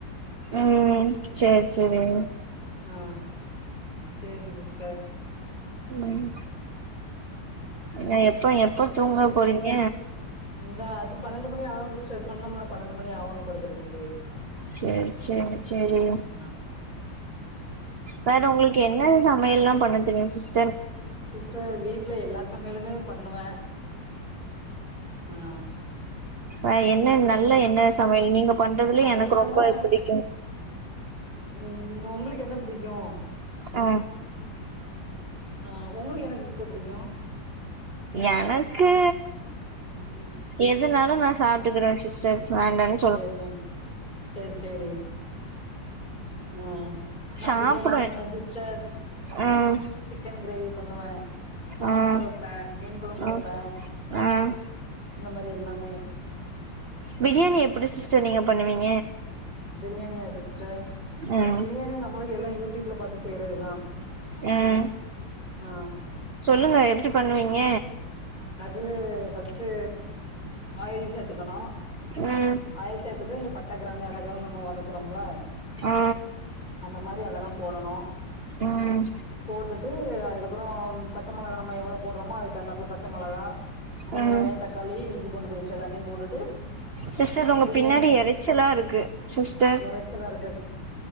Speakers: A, on the right; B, on the left.
A: ம் சேர் சேரி
B: ஆ சேரி சிஸ்டர்
A: ம்
B: ம்
A: அ எப்ப எப்போ தூங்க போறீங்க
B: இந்தா அது பன்னெண்டு மணி ஆகு சிஸ்டர் சொன்னோம்ல பன்னெண்டு மணி ஆகு படுக்குறதுக்கு
A: செர் செர் செரி
B: ஆ
A: வேற உங்களுக்கு என்ன சமையல் எல்லாம் பண்ண தெரியும் சிஸ்
B: சிஸ்டர் வீட்டுல எல்லா சமையலுமே பண்ணுவே ஆ
A: ஆ என்ன நல்ல என்ன சமையல் நீங்க பண்றதுலயே
B: நல்லானா
A: எனக்கு ரொம்ப புடிக்கு
B: ம் ஒங்களுக்கு என்ன பிடிக்கு
A: ஆ
B: ஆ உங்களுக்கு என்ன சிஸ்டர் புடிக்கு
A: எனக்கு
B: ம்
A: எதுனாலு நா சாப்புட்டுக்குறே சிஸ்டர் டுவேண்டாங்
B: ஏதுனா செரி செரி ம் நா
A: சாப்டுவே
B: ப்ரியாணி பண்ணுவே சிஸ்டர்
A: ம்
B: சிக்கன் கிரேவி பண்ணுவே சாம்பார்
A: ம்
B: வப்பே மீன் கொழம்பு வப்பே
A: ம் ம்
B: இந்த மாதிரி எல்லாமே
A: பிரியாணி எப்புடி சிஸ்டர் நீங்க பண்ணுவீங்
B: பிரியாணியா சிஸ்டர்
A: ம்
B: பிரியாணி நா மொளகி எல்லா யூடியூப்ல பாத்து செய்யறதுதா
A: ம்
B: ஆ
A: சொல்லுங்க எப்டி பண்ணுவீங்க
B: அது ஃபஸ்ட்டு ஆயில் சேத்துக்கணு
A: ம்
B: ஆயில் சேத்துட்டு இந்த பட்ட கிராம்பு ஏலக்காவ நம்ப வதக்குறோம்ல
A: ஆ
B: அந்த மாதிரி அதெல்லா போடணு
A: ம்
B: போட்டுட்டு அதுகப் அப்றோ பச்ச மொளகா நம்ம எவ்ளோ போடுறோமோ அதுக்கு தகுந்தாப்ல பச்ச மொளகா வெங்காயோ
A: ம்
B: தக்காளி இஞ்சி பூண்டு பேஸ்ட் எல்லாத்தையு போட்டுட்டு
A: சிஸ்டர் உங்க
B: பிரியாணி
A: பின்னாடி எறச்சல்லா இருக்கு சிஸ்டர்
B: எறைச்சலா இருக்கு